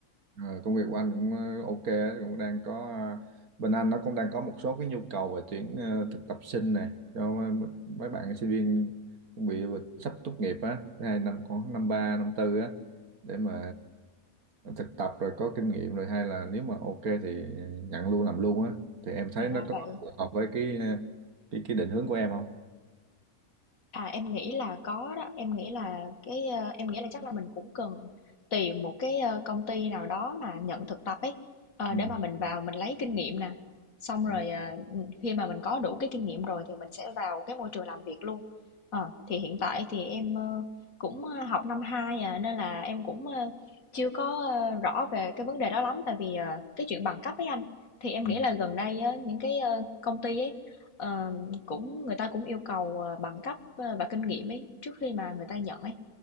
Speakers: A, on the right; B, on the left.
A: Ờ, công việc của anh cũng ờ, ok, á, cũng đang có à, bên anh nó cũng đang có một số cái nhu cầu về tuyển ờ, thực tập sinh này cho m- mấy bạn sinh viên cũng bị bị sắp tốt nghiệp á, thứ hai năm khoảng năm ba năm tư á để mà à, thực tập rồi có kinh nghiệm rồi hay là nếu mà ok thì nhận luôn làm luôn á thì em thấy
B: à ra
A: nó
B: vậy
A: có phù hợp với cái ờ, cái cái định hướng của em không?
B: À, em nghĩ là có đó, em nghĩ là cái, ờ, em nghĩ là chắc là mình cũng cần tìm một cái, ờ, công ty nào đó mà nhận thực tập ấy, ờ,
A: Ừ,
B: để mà mình vào mình lấy kinh nghiệm nè. Xong rồi,
A: ừ,
B: ờ, ừ, khi mà mình có đủ cái kinh nghiệm rồi thì mình sẽ vào cái môi trường làm việc luôn. Ờ, thì hiện tại thì em, ờ, cũng, ờ, học năm 2 à, nên là em cũng, ờ, chưa có, ờ, rõ về cái vấn đề đó lắm tại vì, ờ, cái chuyện bằng cấp ấy anh. Thì em nghĩ
A: ừ,
B: là gần đây á, những cái, ờ, công ty ấy, ờ, cũng người ta cũng yêu cầu, ờ, bằng cấp, ơ, và kinh nghiệm ấy, trước khi mà người ta nhận ấy,